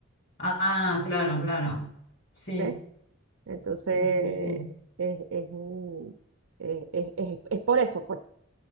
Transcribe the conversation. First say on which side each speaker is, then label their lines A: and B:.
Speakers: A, on the left (about 50°); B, on the right (about 80°).
A: Ah, claro, claro. Sí,
B: ¿ves? Entonces,
A: sí, sí, sí.
B: es, es, un- es- es- es- es por eso, pues.